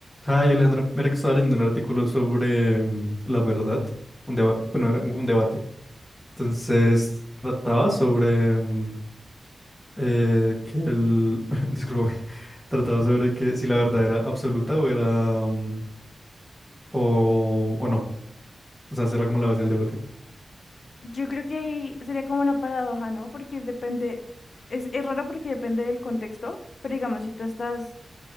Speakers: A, in the centre; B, on the left.
A: Ay, Alejandro, mira que estaba leyendo un artículo sobre mm, la verdad, un debate, bueno, era un debate. Entonces, trataba sobre mm, eh, que el, <laughs> disculpe, <laughs> trataba sobre que si la verdad era absoluta o era, mm, o, o no. O sea, será como la base del debate.
B: Yo creo que ahí sería como una paradoja, ¿no? Porque depende, es, es raro porque depende del contexto, pero digamos, si tú estás